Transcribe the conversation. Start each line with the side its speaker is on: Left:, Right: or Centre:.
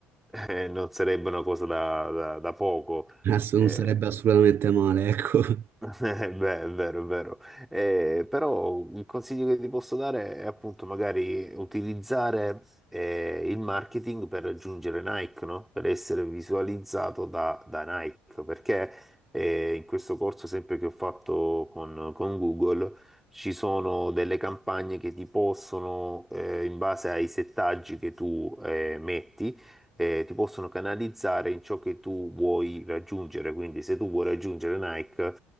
Centre: <laughs> eh, non sarebbe una cosa da, da- da poco.
Right: <laughs> Adesso non
Centre: eh,
Right: sarebbe assolutamente male, ecco. <laughs>
Centre: eh, beh, è vero, è vero. Eh, però il consiglio che ti posso dare è appunto magari utilizzare eh, il marketing per raggiungere Nike, no? Per essere visualizzato da, da Nike, perché eh, in questo corso sempre che ho fatto con, con Google ci sono delle campagne che ti possono, eh, in base ai settaggi che tu eh, metti, eh, ti possono canalizzare in ciò che tu vuoi raggiungere. Quindi se tu vuoi raggiungere Nike